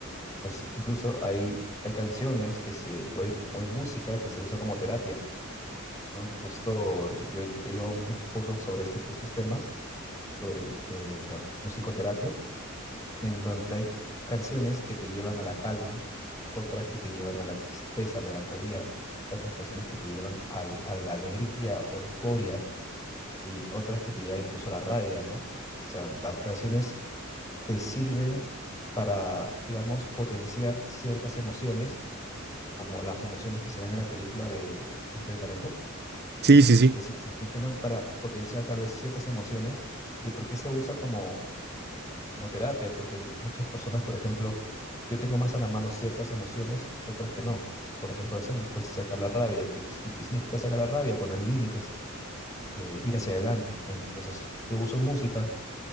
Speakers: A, on the left; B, on the right.
A: Pues incluso hay, hay canciones que se, o hay, o hay música que se usa como terapia, ¿no? Justo yo he llevado unos cursos sobre este, estos temas, sobre eh, la musicoterapia, en donde hay canciones que te llevan a la calma, otras que te llevan a la tristeza, melancolía, otras canciones que te llevan al- a la alegría o euforia y otras que te llevan incluso a la rabia, ¿no? O sea, las canciones te sirven para, digamos, potenciar ciertas emociones, como las emociones que se ven en la película de Intensamente.
B: Sí,
A: Entonces,
B: sí, sí.
A: es decir, te funcionan para potenciar tal vez ciertas emociones y porque se usa como, como terapia, porque muchas personas, por ejemplo, yo tengo más a la mano ciertas emociones y otras que no. Por ejemplo, a veces me cuesta sacar la rabia. ¿Qué, qué significa sacar la rabia? Poner límites, eh, ir hacia adelante. Entonces, yo uso música